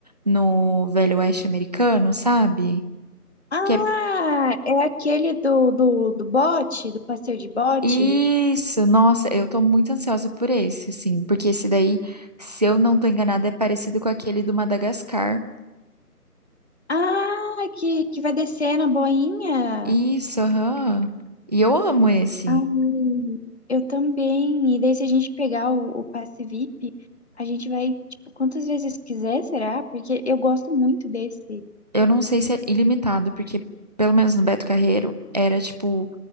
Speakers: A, on the right; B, on the left.
A: no Velho Oeste americano, sabe?
B: Ah,
A: Que é
B: é aquele do, do, do bote, do passeio de bote.
A: isso, nossa, eu tô muito ansiosa por esse, assim, porque esse daí, se eu não tô enganada, é parecido com aquele do Madagascar.
B: Ah, que, que vai descer na boinha.
A: Isso, aham. E eu amo esse.
B: Ai, eu também. E daí, se a gente pegar o, o passe VIP, a gente vai, tipo, quantas vezes quiser, será? Porque eu gosto muito desse.
A: Eu não sei se é ilimitado, porque pelo menos no Beto Carreiro era tipo